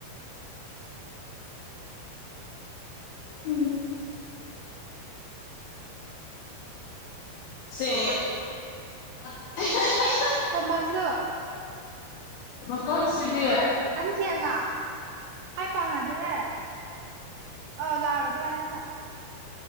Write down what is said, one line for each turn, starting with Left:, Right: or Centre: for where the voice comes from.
Left: ꯎꯝ ꯁꯦ <inaudible>
Right: ꯀꯣꯃꯁꯂꯣ
Left: ꯃꯀꯣꯛꯁꯤꯗꯤ
Right: ꯀꯟꯅ ꯍꯦꯛꯒ ꯍꯥꯏ ꯄꯥꯎꯅꯗꯦꯍꯦ <unintelligible> <unintelligible>